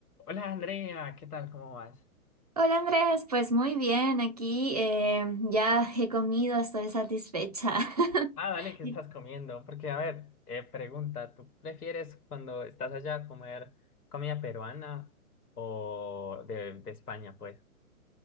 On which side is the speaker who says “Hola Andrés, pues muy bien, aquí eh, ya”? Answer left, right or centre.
Right